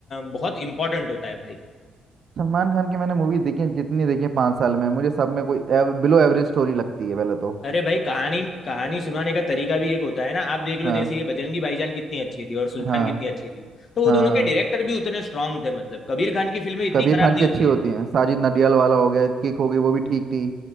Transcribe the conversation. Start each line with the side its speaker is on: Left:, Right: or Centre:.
Left: बहुत इंपॉर्टेंट होता है भाई
Right: सलमान खान की मैंने मूवी देखी है जितनी देखी है पाँच साल में मुझे सब में कोई बिलो एवरेज स्टोरी लगती है पहले तो
Left: अरे भाई कहानी कहानी सुनाने का तरीका भी एक होता है ना आप देख लो
Right: हाँ
Left: जैसे ये बजरंगी भाईजान कितनी अच्छी थी और सुल्तान
Right: हाँ
Left: कितनी अच्छी थी तो वो
Right: हाँ
Left: दोनों के डायरेक्टर भी उतने स्ट्रांग थे मतलब कबीर खान की फिल्में इतनी
Right: कबीर
Left: खराब
Right: खान
Left: नहीं
Right: की
Left: होती
Right: अच्छी होती
Left: है
Right: हैं साजिद नडियाल वाला हो गया किक हो गई वो भी ठीक थी